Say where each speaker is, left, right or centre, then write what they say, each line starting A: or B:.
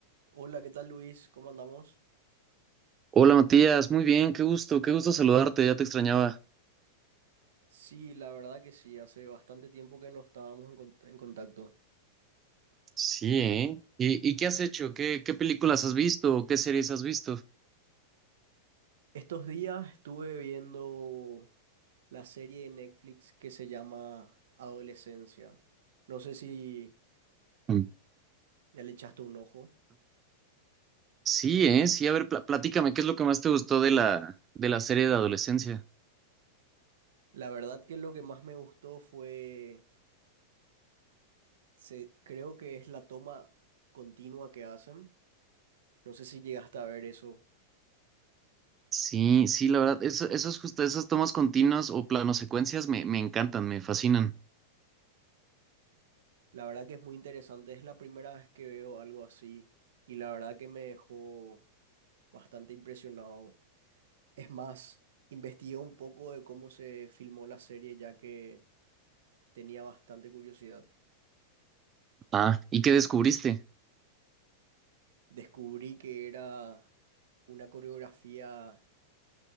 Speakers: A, on the right; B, on the right.
A: Hola, ¿qué tal Luis? ¿Cómo andamos?
B: Hola Matías, muy bien, qué gusto, qué gusto saludarte, ya te extrañaba.
A: Sí, la verdad que sí, hace bastante tiempo que no estábamos en, con- en contacto.
B: Sí, ¿eh? ¿Y, y qué has hecho? ¿Qué, qué películas has visto o qué series has visto?
A: Estos días estuve viendo la serie de Netflix que se llama Adolescencia. No sé si
B: Mm.
A: ya le echaste un ojo.
B: Sí, ¿eh? Sí, a ver, pla- platícame, ¿qué es lo que más te gustó de la, de la serie de adolescencia?
A: La verdad que lo que más me gustó fue, se, creo que es la toma continua que hacen. No sé si llegaste a ver eso.
B: Sí, sí, la verdad, eso, esos justo, esas tomas continuas o planosecuencias me, me encantan, me fascinan.
A: La verdad que es muy interesante, es la primera vez que veo algo así y la verdad que me dejó bastante impresionado. Es más, investigué un poco de cómo se filmó la serie ya que tenía bastante curiosidad.
B: Ah, ¿y qué descubriste?
A: Descubrí que era una coreografía